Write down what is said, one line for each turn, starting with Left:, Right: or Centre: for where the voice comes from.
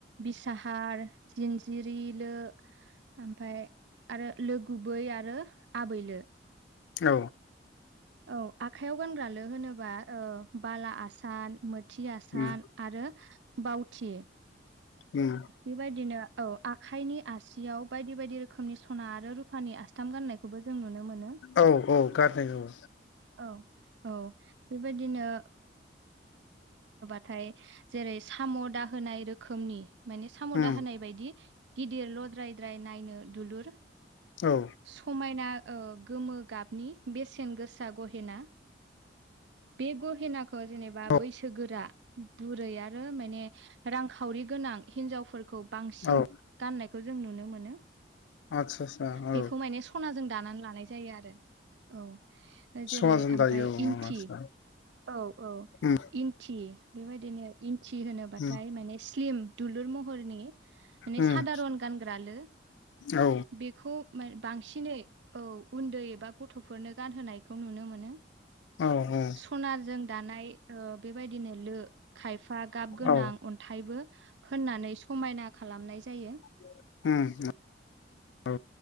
Right: बिसाहार जिनजिरि बिलो ओमफ्राय आरोै आरो आबैल
Left: औ।
Right: औ आखयाव गानग्रा लो होनोबा बाला आसान थयाान
Left: उम
Right: आरो बावथि
Left: उम
Right: बेबायदिनो औ आखायनि आसियाव बायदि बायदि रोखोमनि सना आरो सुफानि आसथाम गान्नायखौबो जों नुनो मोनो
Left: औ औ गारनाय औ
Right: औ औ बेबायदिनो नाथाय जेरै साम' दा होनाय रोखोमनि माने साम'
Left: उम
Right: दा होनाय बायदि गिदिरल'द्रायद्राय नायनो दुलुर
Left: औ
Right: समायना गोमो गाबनि बेसेन गोसा गहेना बे गहेनाखौ जेनेबा
Left: औ
Right: बैस गोरा बुरै आरो माने रांखावरि गोनां हिनजावफोरखौ बांसिन
Left: औ
Right: गाननायखौ जों नुनो मोनो।
Left: आतसा आतसा
Right: बेखौ
Left: औ।
Right: माने सनाजों दानानै लानाय जायो आरो औ जेरै
Left: समाजों
Right: ओमफाय
Left: दायो औ
Right: इन्थि
Left: आदसा
Right: औ औ
Left: उम
Right: इन्थि बेबायदिनो इन्थि होनोबाथाय
Left: उम
Right: माने स्लिम दुलुर महरनि बि
Left: उम
Right: सादारन गानग्रा लो
Left: औ
Right: बेखौ बांसिनै औ उन्दै एबा गथ गथ'फोरनो गानहोनायखौ नुनो मोनो
Left: औ औ
Right: सनाजों दानाय बेबायदिनो लो खायफा गाब गोनां
Left: औ
Right: अन्थाइबो होननानै समायना खालामनाय जायो।
Left: ह